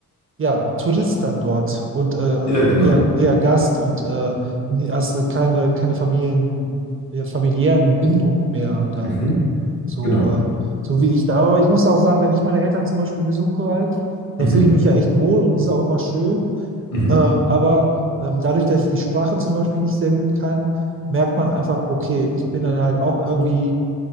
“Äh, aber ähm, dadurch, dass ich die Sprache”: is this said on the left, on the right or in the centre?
Right